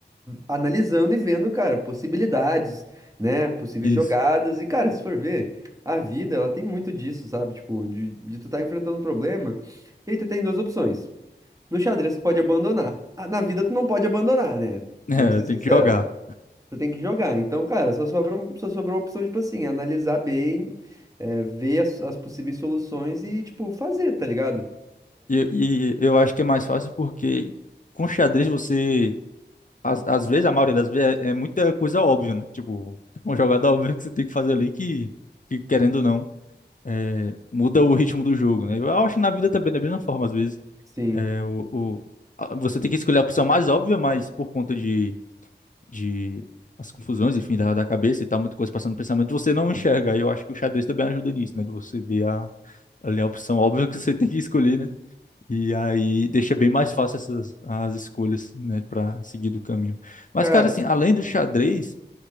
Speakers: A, on the right; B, on the left.
A: analisando e vendo, cara, possibilidades, né? Possíveis
B: Isso.
A: jogadas.
B: <laughs>
A: E, cara, se for ver, a vida, ela tem muito disso, sabe? Tipo, de, de tu tá enfrentando um problema e tu tem duas opções. No xadrez, tu pode abandonar. Ah, Na vida, tu não pode abandonar, né?
B: É,
A: Vamos ser
B: tem
A: sinceros.
B: que jogar.
A: Tu tem que jogar. Então, cara, só sobrou, só sobrou a opção, tipo assim, analisar bem, é, ver as, as possíveis soluções e, tipo, fazer, tá ligado?
B: E, e eu acho que é mais fácil porque com xadrez você. Às, às vezes, a maioria das vezes, é, é muita coisa óbvia, né? Tipo, é uma jogada óbvia que você tem que fazer ali que, que querendo ou não, é, muda o ritmo do jogo, né? Eu acho que na vida também, da mesma forma, às vezes.
A: Sim.
B: É, o, o- a- você tem que escolher a opção mais óbvia, mas por conta de, de as confusões, enfim, da, da cabeça e tal, muita coisa passando no pensamento, você não enxerga. E eu acho que o xadrez também ajuda nisso, né? De você ver a, ali a opção óbvia que você tem que escolher, né? E aí deixa bem mais fácil essas as escolhas, né, para seguir do caminho. Mas,
A: Cara,
B: cara, assim, além do xadrez